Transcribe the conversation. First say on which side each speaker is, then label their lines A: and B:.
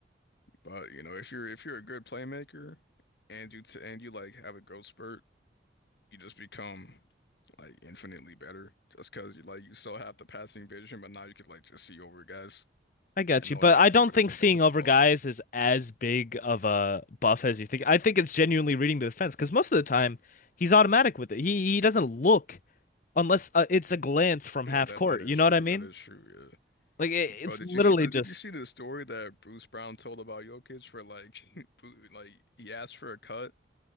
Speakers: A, on the left (about 65°); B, on the left (about 45°).
A: But you know, if you're if you're a good playmaker and you t and you like have a growth spurt, you just become like infinitely better just because you like you still have the passing vision, but now you could like just see over guys
B: I got
A: and
B: you.
A: know
B: But
A: exactly
B: I don't
A: where to
B: think
A: p-
B: seeing
A: put
B: over
A: the ball.
B: guys is as big of a buff as you think. I think it's genuinely reading the defense because most of the time he's automatic with it. He he doesn't look unless uh, it's a glance from
A: Yeah,
B: half
A: that
B: court.
A: that is
B: You know
A: true.
B: what I mean?
A: That is true. Yeah,
B: Like it, it's
A: bro. Did
B: literally
A: you see the
B: just
A: Did you see the story that Bruce Brown told about Jokic for like, <laughs> Bru- like he asked for a cut